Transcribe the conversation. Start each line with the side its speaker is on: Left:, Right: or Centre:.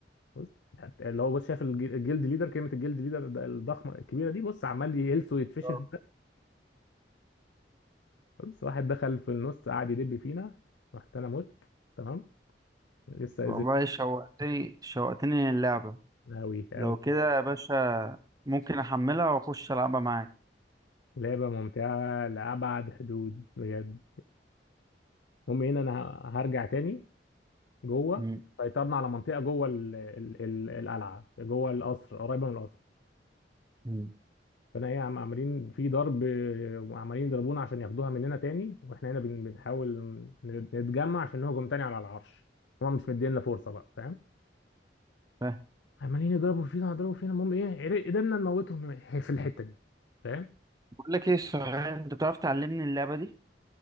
Left: بص حتى اللي هو بص شايف الج- الجلد ليدر كلمه الجلد ليدر ده الضخمه الكبيره دي بص عمال يهلس ويتفشخ
Right: آه.
Left: بص واحد دخل في النص قعد يدب فينا رحت انا مت تمام لسه
Right: والله شوقتني شوقتني للعبة
Left: قوي قوي
Right: لو كده يا باشا ممكن احملها واخش العبها معاك
Left: لعبه ممتعه لابعد حدود بجد المهم هنا انا ه- هرجع تاني جوه
Right: مم.
Left: سيطرنا على منطقه جوه ال ال ال القلعه جوه القصر قريبه من القصر
Right: مم.
Left: فانا ايه عم عاملين في ضرب آه، عمالين يضربونا عشان ياخدوها مننا تاني واحنا هنا بن بنحاول ن- نتجمع عشان نهجم تاني على العرش هما مش مدينا فرصه بقى فاهم
Right: فاهم.
Left: عمالين يضربوا فينا يضربوا فينا المهم ايه عرق- قدرنا نموتهم في الحته دي فاهم
Right: بقول لك ايه صحيح انت بتعرف تعلمني اللعبه دي